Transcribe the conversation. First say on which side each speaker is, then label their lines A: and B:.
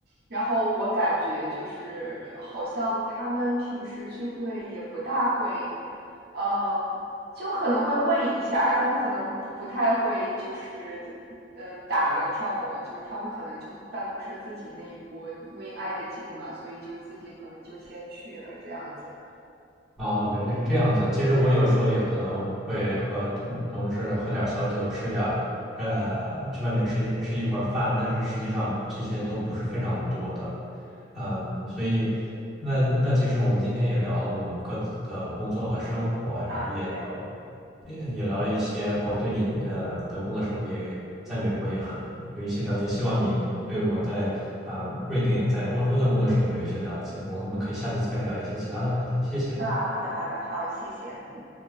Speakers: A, on the right; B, in the centre.
A: 然后我感觉就是好像他们平时聚会也不大会，嗯，就可能会问一下，但可能不不太会，就是嗯呃打量上我，就是他们可能就办公室自己那一波，因为挨得近嘛，所以就自己可能就先去了这样子
B: 哦，原来是这样子。其实我有时候也可能会和同同事喝点小酒，吃点呃，去外面吃一吃一会儿饭，但是实际上这些都不是非常多的。嗯，所以那那其实我们今天也聊了我们各自的工作和生活，然后也聊
A: 啊，对，
B: 也也聊了一些我对你的呃的工作生活也在美国也很有一些了解，希望你对我在啊、呃瑞典在欧洲的工作生活有一些了解，我们可以下次再聊一些其他的话题，谢谢。
A: 啊。好的，好的，好，谢谢，嗯。